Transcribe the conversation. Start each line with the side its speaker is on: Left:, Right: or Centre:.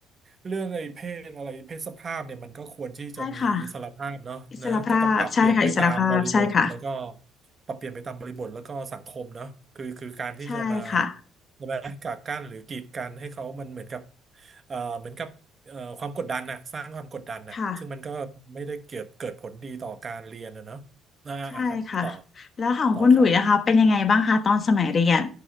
Right: เรื่องไอ้เพศอะไรเพศสภาพเนี่ยมันก็ควรที่จะมีอิสรภาพเนาะนะก็ต้องปรับเปลี่ยนไปตามบริบทแล้วก็
Left: ใช่ค่ะอิสรภาพใช่ค่ะอิสรภาพใช่ค่ะ
Right: ปรับเปลี่ยนไปตามบริบทแล้วก็สังคมเนาะคือคือการที่จะมา
Left: ใช่ค่ะ
Right: ใช่ไหมกักกั้นหรือกีดกันให้เขามันเหมือนกับเอ่อเหมือนกับเอ่อความกดดันน่ะสร้างความกดดันน่ะซึ่งมันก็ไม่ได้เกิดเกิดผลดีต่อการเรียนนะเนาะอ่าอ่ะครับต่อ
Left: ค่ะใช่ค่ะแล้วของคุณหลุยส์นะคะเป็นยังไงบ้างคะตอนสมัยเรียน
Right: ต่อครับ